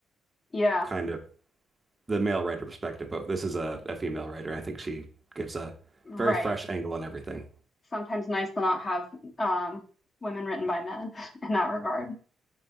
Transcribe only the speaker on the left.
Yeah,
right.
Sometimes nice to not have um women written by men <laughs> in that regard.